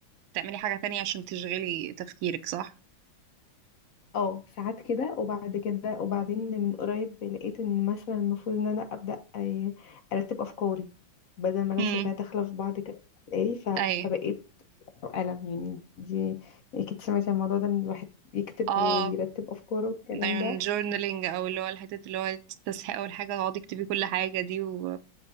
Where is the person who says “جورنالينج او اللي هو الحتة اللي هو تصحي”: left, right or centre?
Right